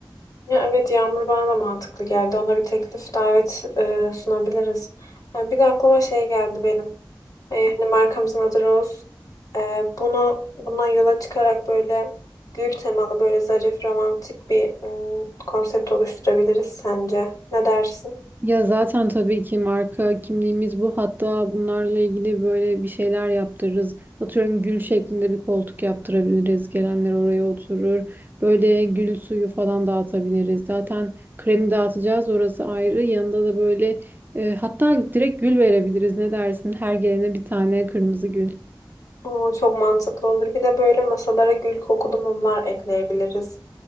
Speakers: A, on the left; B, on the right.
A: Ya evet Yağmur bana da mantıklı geldi. Ona bir teklif davet eee, sunabiliriz. Ha, bir de aklıma şey geldi benim. E, hani markamızın adı Rose. E, bunu bundan yola çıkarak böyle gül temalı böyle zarif romantik bir ım, konsept oluşturabiliriz sence. Ne dersin?
B: Ya zaten tabii ki marka kimliğimiz bu. Hatta bunlarla ilgili böyle bir şeyler yaptırırız. Atıyorum gül şeklinde bir koltuk yaptırabiliriz. Gelenler oraya oturur. Böyle gül suyu falan dağıtabiliriz. Zaten kremi dağıtacağız orası ayrı. Yanında da böyle e, hatta direkt gül verebiliriz. Ne dersin? Her gelene bir tane kırmızı gül.
A: Oo, çok mantıklı olur. Bir de böyle masalara gül kokulu mumlar ekleyebiliriz.